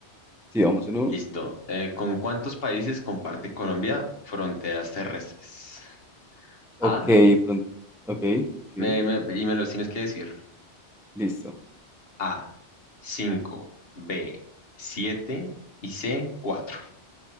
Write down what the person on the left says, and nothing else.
Listo. Eh, ¿con cuántos países comparte Colombia fronteras terrestres?
A,
me- me- y me los tienes que decir.
A, 5, B, siete y C, cuatro.